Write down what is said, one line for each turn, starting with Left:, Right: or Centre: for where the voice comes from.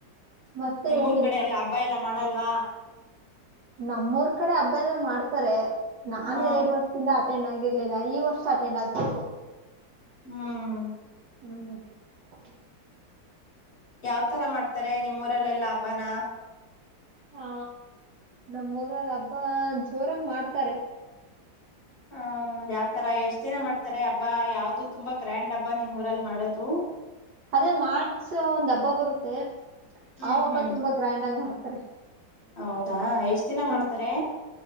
Right: ಮತ್ತೆ
Left: ನಿಮ್ಮೂರ್
Right: ಏನಿಲ್ಲ
Left: ಕಡೆ ಎಲ್ಲ ಹಬ್ಬ ಎಲ್ಲ ಮಾಡಲ್ವಾ
Right: ನಮ್ಮೂರ್ ಕಡೆ ಹಬ್ಬ ಎಲ್ಲ ಮಾಡ್ತಾರೆ ನಾನ್
Left: ಹ
Right: ಎರಡು ವರ್ಷದಿಂದ ಆ ಅಟೆಂಡ್ ಆಗಿರ್ಲಿಲ್ಲ ಈ ವರ್ಷ ಅಟೆಂಡ್ ಆಗ್ಬೇಕು
Left: ಹ್ಮ್
Right: ಹ್ಮ್ ಹ
Left: ಯಾವ್ತರ ಮಾಡ್ತಾರೆ ನಿಮ್ಮೂರಲ್ಲೆಲ್ಲಾ ಹಬ್ಬನ
Right: ಹಾ ನಮ್ಮೂರಲ್ಲಿ ಹಬ್ಬ ಜೋರಾಗು ಮಾಡ್ತಾರೆ
Left: ಹ ಯಾವ್ತರ ಎಷ್ಟ್ ದಿನ ಮಾಡ್ತಾರೆ ಹಬ್ಬಾ ಯಾವ್ದು ತುಂಬಾ ಗ್ರ್ಯಾಂಡ್ ಹಬ್ಬ ನಿಮ್ಮ ಊರಲ್ಲಿ ಮಾಡೋದು
Right: ಅದೇ ಮಾರ್ಚ್ ಒಂದ್ ಹಬ್ಬ ಬರುತ್ತೆ
Left: ಹ್ಮ್
Right: ಆ ಹಬ್ಬ
Left: ಹ್ಮ್
Right: ತುಂಬಾ ಗ್ರ್ಯಾಂಡ್ ಆಗಿ ಮಾಡ್ತ ತಾರೆ
Left: ಹೌದಾ ಎಷ್ಟ್ ದಿನ
Right: ಹಾ
Left: ಮಾಡ್ತಾರೆ